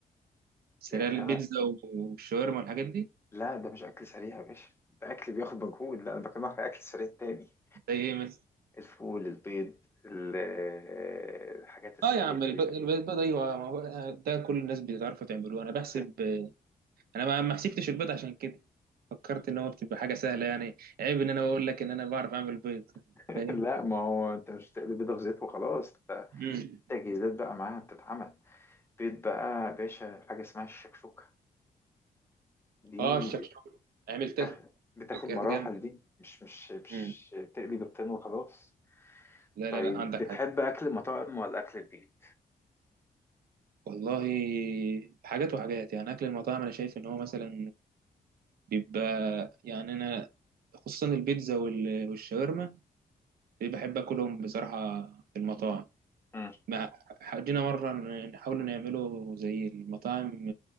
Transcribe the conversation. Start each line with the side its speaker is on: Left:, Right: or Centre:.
Right: سريع
Left: يعني
Right: البيتزا
Left: أنا
Right: والشاورما والحاجات دي
Left: لا ده مش أكل سريع يا باشا ده أكل بياخد مجهود لا أنا بكلمك على أكل سريع تاني
Right: زي ايه مثلا
Left: الفول البيض ال- آه، الحاجات السريعة
Right: اه يا عم الب-
Left: دي كده
Right: البيض ايوه ما هو ده كل الناس بتعرفوا تعملوه انا بحسب
Left: بس-
Right: انا ما ما حسبتش البيض عشان كده فكرت ان هو بتبقى حاجه سهله يعني عيب ان انا بقول لك ان انا بعرف اعمل بيض
Left: <laughs>
Right: فاهم
Left: لا ما هو أنت مش بتقلي بيضة في زيت وخلاص ده
Right: امم
Left: في تجهيزات بقى معاها بتتعمل بيض بقى يا باشا حاجة اسمها الشكشوكة دي
Right: اه الشكشوكه عملتها
Left: بتاخد بتاخد
Right: كانت
Left: مراحل
Right: جامده
Left: دي مش مش مش
Right: امم
Left: تقلي بيضتين وخلاص
Right: لا
Left: طيب
Right: لا لا عندك
Left: بتحب
Right: حاجه
Left: أكل المطاعم ولا أكل البيت؟
Right: والله حاجات وحاجات يعني اكل المطاعم انا شايف ان هو مثلا بيبقى يعني انا خصوصا البيتزا وال- والشاورما إيه، بحب اكلهم بصراحه في المطاعم
Left: مم.
Right: ما حدينا مره نحاول نعمله زي المطاعم